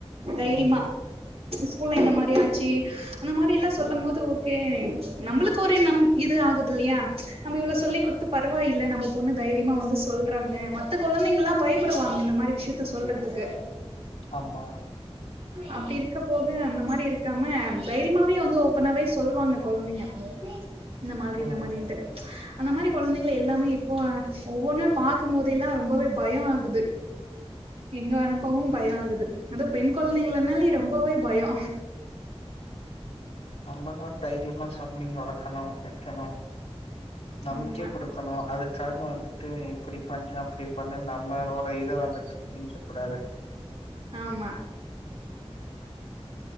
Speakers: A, on the right; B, on the left.
A: தைரிய்மா
B: ம் ம்
A: ஸ்கூல்ல இந்த மாரி ஆச்சு அந்த மாரி எல்லா சொல்லும் போது ஓகே நம்மளுக்கு ஒரே நம் இது ஆகுது இல்லியா நம்ம இவ்ளவு சொல்லி கொடுத்து பரவாயில்ல நம்ம பொண்ணு தைரியமா வந்து சொல்றாங்க மத்த குழந்தைங்கல்லா பயப்படுவாங்க இந்த மாரி விஷயத்த சொல்றதுக்கு
B: ஆமா
A: அப்டி இருக்கம் போது அந்த மாரி இருக்காம தைரியமாவே வந்து ஓப்பனாவே சொல்லுவாங்க குழந்தைங்க <unintelligible> இந்த மாதிரி
B: ம்
A: இந்த மாதிரின்ட்டு அந்த மாரி குழந்தைங்க எல்லாமே இப்போ ஒவ்வொன்னு பாக்கும் போதே எல்லா ரொம்பவே பயோ ஆகுது எங்க அனுப்பவு
B: ம்
A: பயோ ஆகுது அது பெண் கொழ்ந்தைங்கனாலே ரொம்பவே பயோ
B: நம்மளா தைரியமா சொல்லி வளக்கணு வைக்கணு நம்பிக்கே
A: ம்
B: கொடுக் கணு அதுக்காக வந்துட்டு இப்டி பண்ணு அப்டி பண்ணு நம்மளோட இத வந்துடு திணிச்ச கூடாது
A: ஆமா